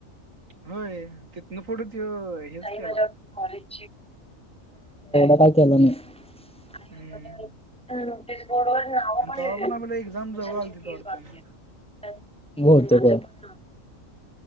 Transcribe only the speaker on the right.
होय तिथनं पुढं त्यो हेच
केला
हम्म
आणि
तेव्हा
आपल्याला एक्झाम जवळ
आलती
वाटतं
ना.